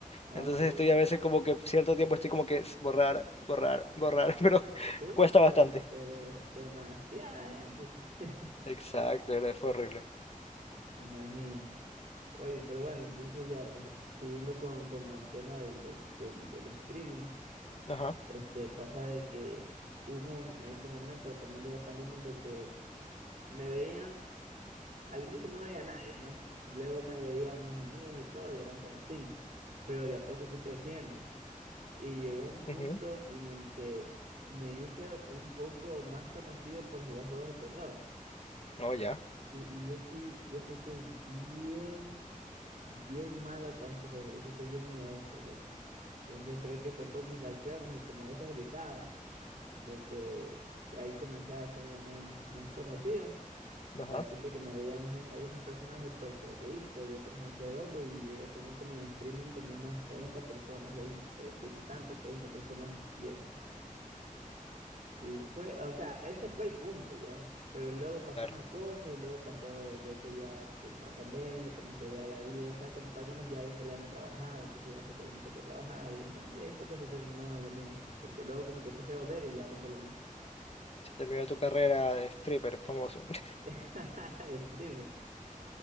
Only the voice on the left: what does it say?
Entonces estoy a veces como que cierto tiempo estoy como que s- borrar, borrar, borrar, <laughs> pero
cuesta bastante.
Exacto, era- fue horrible.
Ajá.
ujú,
No, ya.
Ajá.
Claro.
Se terminó tu carrera de stripper famoso. <laughs>